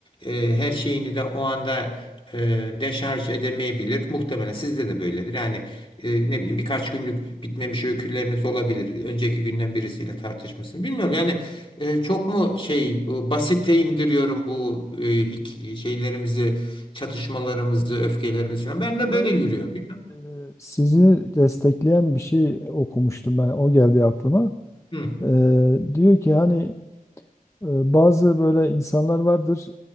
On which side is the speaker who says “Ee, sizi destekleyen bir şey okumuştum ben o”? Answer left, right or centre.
Left